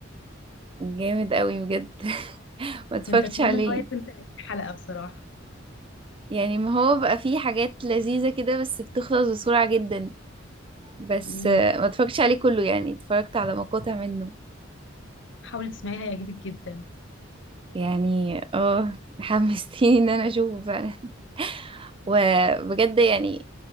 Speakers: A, on the right; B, on the left.
A: جامد قوي بجد <laughs> ما اتفرجتش
B: كنت اتمنى
A: عليه
B: ان هو يكون تلاتين حلقه بصراحه
A: يعني ما هو بقى فيه حاجات لذيذة كده بس بتخلص بسرعة جدا بس
B: امم
A: آه، ما اتفرجتش عليه كله يعني اتفرجت على مقاطع منه
B: حاولي تسمعيه هيعجبك جدا
A: يعني اه حمستيني ان انا اشوفه فعلا وبجد يعني